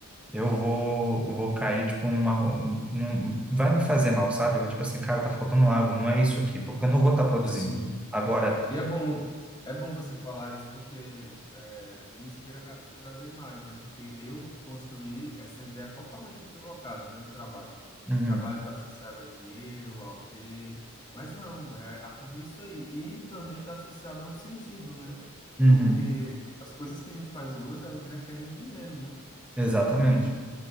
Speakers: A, in the centre; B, on the left.
A: eu vou, vou cair, tipo, numa, ro- num, vai me fazer mal, sabe? Vai, tipo assim, cara, tá faltando algo, não é isso aqui, porque eu não vou estar produzindo.
B: sim.
A: Agora,
B: E é bom, é bom você falar isso porque é, me inspira ca- cada vez mais, né? Porque eu construí essa ideia totalmente equivocada, né, do trabalho.
A: uhum,
B: Que trabalho está associado a dinheiro, ao ter, mas não, é a tudo isso aí. E também está associado a um sentido, né?
A: uhum,
B: Porque as coisas que a gente faz hoje, elas requerem dinheiro, né?
A: exatamente,
B: Então,